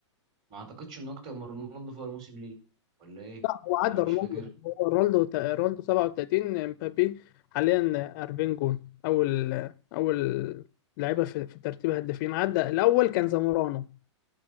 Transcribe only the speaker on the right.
ما اعتقدش انه اكتر من رونالدو في الموسم ليه ولا ايه؟
ولا انا مش
فاكر